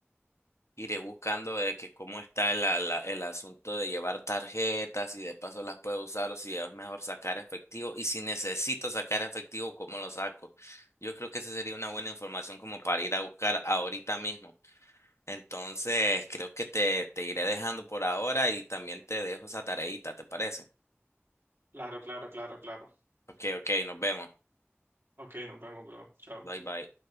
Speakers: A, on the left (about 85°); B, on the right (about 60°).
A: <clears throat> iré buscando de que cómo está la- la- el asunto de llevar tarjetas y de paso las puedo usar o si es mejor sacar efectivo y si necesito sacar efectivo, ¿cómo lo saco? Yo creo que esa sería una buena información como para ir a buscar ahorita mismo. Entonces, creo que te, te iré dejando por ahora y también te dejo esa tareita, ¿te parece?
B: Claro, claro, claro, claro.
A: Ok, ok, nos vemos.
B: Ok, nos vemos, bro. Chao.
A: Bye, bye.